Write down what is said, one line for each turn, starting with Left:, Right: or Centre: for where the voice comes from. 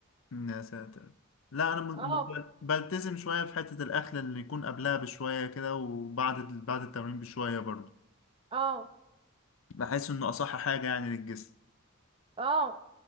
Left: أمم، يا ساتر لا انا م-
Right: اه
Left: م- بلتزم شويه في حته الاكل اللي يكون قبلها بشويه كده وبعد بعد التمرين بشويه برضه
Right: اه
Left: بحس انه اصح حاجه يعني للجسم
Right: اه